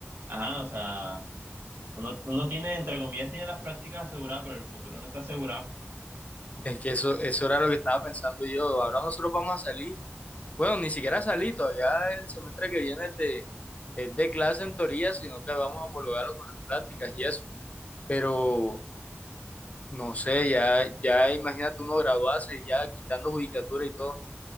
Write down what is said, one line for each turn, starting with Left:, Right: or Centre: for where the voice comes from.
Right: ajá, o sea, uno, uno tiene, entre comillas, tiene las prácticas aseguradas, pero el futuro no está asegurado.
Left: Es que eso, eso era lo que estaba pensando yo. Ahora nosotros vamos a salir. Bueno, ni siquiera salí, todavía el semestre que viene es de, es de clase en teoría, sino que vamos a homologarlo con las prácticas y eso. Pero, no sé, ya, ya imagínate uno graduarse y ya quitando judicatura y todo.